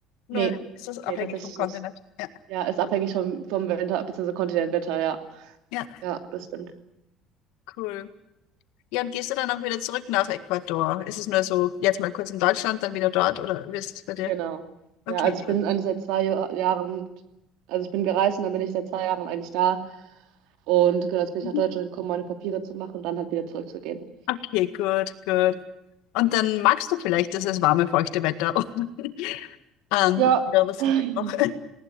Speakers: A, on the left (about 80°); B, on the right (about 70°).
A: nur
B: Nee,
A: ist das abhängig
B: nee, tatsächlich
A: vom Kontinent?
B: nicht.
A: Ja.
B: Ja, ist abhängig vom, vom Winter, beziehungsweise Kontinentwetter, ja.
A: Ja,
B: Ja, das stimmt.
A: cool. Ja, und gehst du dann auch wieder zurück nach Ecuador? Ist es nur so, jetzt mal kurz in Deutschland, dann wieder dort oder wie ist das bei dir?
B: Genau.
A: Okay,
B: Ja, also
A: gut.
B: ich bin eigentlich seit zwei Jahr- Jahren, also ich bin gereist und dann bin ich seit zwei Jahren eigentlich da. Und genau, jetzt bin ich
A: Mhm.
B: nach Deutschland gekommen, meine Papiere zu machen und dann halt wieder zurückzugehen.
A: Okay, gut, gut. Und dann magst du vielleicht dieses warme, feuchte Wetter. <laughs> Ähm,
B: Ja,
A: ja, was
B: <laughs>
A: gibt es noch?